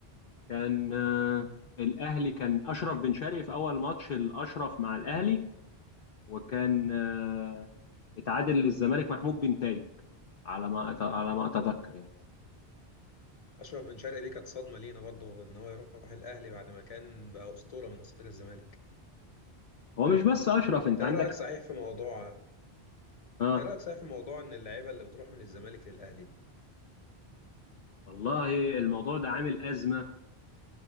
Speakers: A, on the left; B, on the left.
A: كان آه، الاهلي كان اشرف بن شرقي في اول ماتش الاشرف مع الاهلي وكان آه، اتعادل للزمالك محمود بن تايج على ما أت- على ما اتذكر يعني
B: اشرف بن شرقي دي كانت صدمه لينا برضه ان هو يروح الاهلي بعد ما كان بقى اسطوره من اساطير الزمالك
A: هو مش بس اشرف انت
B: ايه
A: عندك
B: رأيك صحيح في موضوع
A: اه
B: ايه رأيك صحيح في موضوع ان اللعيبة اللي بتروح من الزمالك للأهلي
A: والله الموضوع ده عامل أزمة